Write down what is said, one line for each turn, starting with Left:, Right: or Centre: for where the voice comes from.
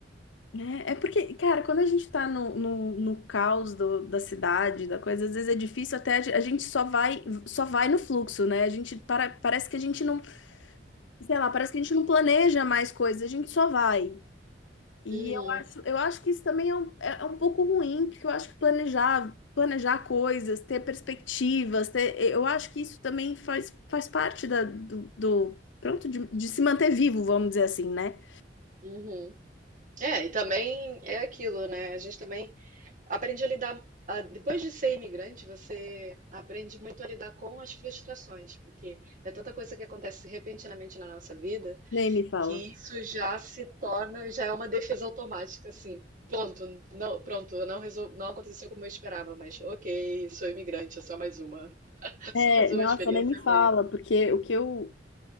Left: É, é porque, cara, quando a gente tá no, no, no caos do- da cidade, da coisa, às vezes é difícil até a ge- a gente só vai só vai no fluxo, né? A gente para, parece que a gente não sei lá, parece que a gente não planeja mais coisas, a gente só vai. E
Right: Uhum,
Left: eu acho, eu acho que isso também é um, é é um pouco ruim, porque eu acho que planejar, planejar coisas, ter perspectivas, ter, eu acho que isso também faz, faz parte da, do, do- pronto, de, de se manter vivo, vamos dizer assim, né?
Right: uhum. É, e também é aquilo, né? A gente também aprende a lidar. a- depois de ser imigrante, você aprende muito a lidar com as frustrações, porque é tanta coisa que acontece repentinamente na nossa vida
Left: Nem me fala.
Right: que isso já se torna, já é uma defesa automática, assim. Pronto, não, pronto, não, resol- não aconteceu como eu esperava, mas ok, sou imigrante, é só mais uma. <laughs> Só
Left: É,
Right: mais uma
Left: nossa,
Right: experiência
Left: nem me
Right: ruim.
Left: fala, porque o que eu,